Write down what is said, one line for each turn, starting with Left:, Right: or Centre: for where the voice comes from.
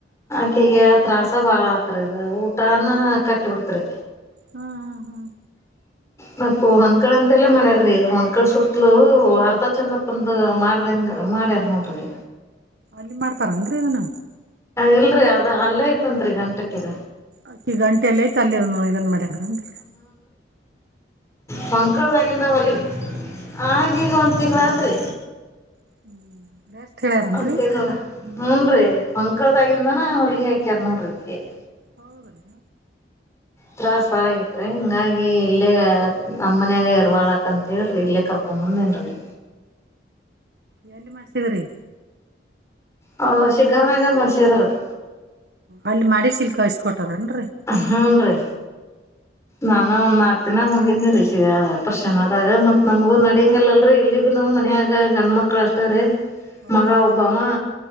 Left: ಅಕ್ಕಿಗೆ ತ್ರಾಸ ಬಾಳ ಆತ್ರಿ ಅದ ಊಟಾನ ಕಟ್ಟ್ಬಿಡ್ತರಿ.
Right: ಹಾ ಹಾ ಹಾ
Left: ಮಪ್ಪು ಹೊಂಕಳ ಅಂತೆಲ್ಲಾ ಮಾಡ್ಯಾರ್ರೀ ಹೊಂಕಳ ಸುತ್ತಲು ಅರ್ಧ ಚಂದಪ್ಪಂದು ಮಾಡ್ದಂಗ ಮಾಡ್ಯಾರ ನೋಡ್ರಿ.
Right: ಅಲ್ಲಿ ಮಾಡ್ತಾರೇನ್ರಿ ಅದನ
Left: ಇಲ್ರಿ ಅದು ಅಲ್ಲೇ ಐತಂರಿ ಗಂಟಕ್ಕಿದ.
Right: ಅಕ್ಕಿ ಗಂಟೆಲ್ಲೖತ್ ಅಲ್ಲಿ ಇದನ್ ಮಾಡ್ಯನನ್ರಿ
Left: ಪಂಕಳ್ದಿಗಿಂದ ಒಲಿ. ಹಾಗೀಗ್ ಒಂದ್ ತಿಂಗಳಾತ್ರಿ.
Right: ಹ್ಮ್ ಎಷ್ಟ್ ಹೇಳ್ಯಾರನ್ರಿ
Left: ಅಂತೇನಲ್ಲ ಹ್ಮುನ್. ಡ್ರಿ ಪಂಕಳದಾಗಿಂದಾನ ಹೊಲ್ಗಿ ಹಾಕ್ಯಾರ್ ನೋಡ್ರಿ ಅಕಿಗ್.
Right: ಹೌದ್ರಿ
Left: ತ್ರಾಸ್ ಬಹಳಗತ್ರಿ ಹಿಂಗಾಗ್ ಈ ಇಲ್ಲೇಗ ನಮ್ಮನ್ಯಾಗ ಇರ್ವಾಳಕ್ ಅಂತೇಳ್ರಿ ಇಲ್ಲೇ ಕರ್ಕೊಬಂದೇನ್ರಿ.
Right: <inaudible> ಎಲ್ಲಿ ಮಾಡ್ಸಿದ್ರಿ?
Left: ಹ ಶಿಗಾಮಗ ಮಾಡ್ಸಿದ್ರರೀ.
Right: ಅಲ್ಲಿ ಮಾಡಿಸಿಲ್ ಕಳ್ಸ್ಕೊಟಾರನ್ರಿ.
Left: ಹ್ನ್ ರೀ. ನಾನ ಒಂದ್ ನಾಕ್ ದಿನ ಹೋಗಿದ್ನಿರಿ ಷಗ ಅಪ್ರೇಷನಾದಾಗ ಮತ್ ನಮಗೂ ನಡಿಂಗಲ್ಲಲ್ರಿ ಇಲ್ಲಿಗಿನೂ ಮನ್ಯಾಗ ಗಂಡ್ಮಕ್ಳ ಅಷ್ಟೇ ರೀ.
Right: ಹೌದ್ರಿ
Left: ಮಗಾ ಒಬ್ಬಾವ.